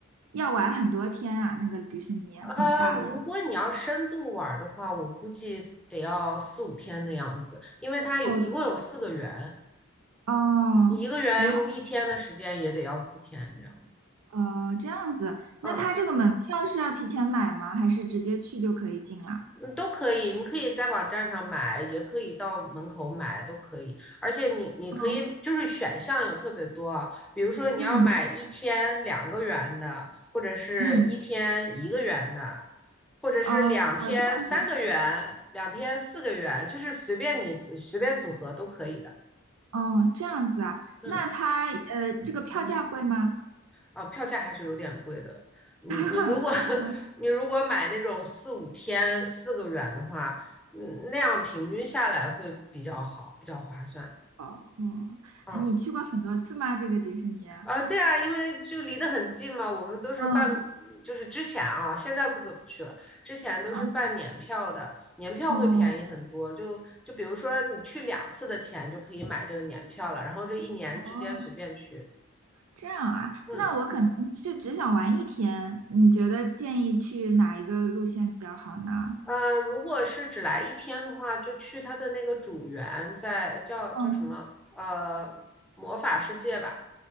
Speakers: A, on the right (about 80°); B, in the centre.
A: 要玩很多天啊？那个迪士尼很大的，
B: 呃，如果你要深度玩儿的话，我估计得要四五天的样子，因为它有一共有四个园，
A: 哦哦。
B: 一个园用一天的时间也得要四天这样。
A: 然后。哦，这样子，
B: 嗯，
A: 那他这个门票是要提前买吗？还是直接去就可以进啦？
B: 嗯，都可以，你可以在网站上买，也可以到门口买，都可以。而且你你可以就是选项有特别多啊比如说你要买一天两个元的，
A: 哦，嗯
B: 或者是一天一个元的，
A: 嗯，
B: 或者是两天三个元，
A: 哦哦，这样子，
B: 两天四个元，就是随便你随便组合都可以的。
A: 哦这样子啊，
B: 嗯。
A: 那他呃，这个票价贵吗？
B: 啊，票价还是有点贵的。嗯，
A: <laughs>
B: 你如果 <laughs> 你如果买那种四五天四个元的话，嗯，那样平均下来会比较好，比较划算。
A: 哦哦，
B: 嗯，
A: 呃你去过很多次吗？这个迪士尼？
B: 啊，对啊，因为就离得很近嘛，我们都是办，
A: 嗯
B: 就是之前啊，现在不怎么去了，之前都是办年票的，
A: 啊
B: 年票会便宜很多。
A: 哦
B: 就就比如说你去两次的钱就可以买这个年票了，然后这一年之间随便去。
A: 哦，这样啊，
B: 嗯。
A: 那我可能是只想玩一天，你觉得建议去哪一个路线比较好呢？
B: 呃，如果是只来一天的话，就去他的那个主园在，叫叫什么？
A: 嗯
B: 呃，魔法世界吧